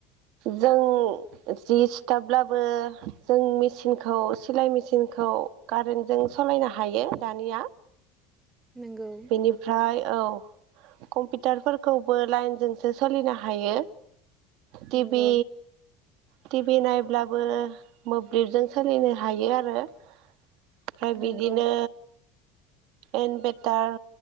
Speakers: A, on the right; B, on the right.
A: जों जि थाब्लाबो जों मेचिनखौ सिलाय मेचिनखौ कारेन्टजों सालायनो हायो दानिया
B: नोंगौ
A: बेनिफ्राय औ कम्पिउटारफोरखौबो लाइनजोंसो सोलिनो हायो टि
B: नोंगौ
A: भि टि भि नायब्लाबो मोब्लिबजों सोलिनो हायो आरो ओमफ्राय
B: नोंगौ
A: बिदिनो इनभेटार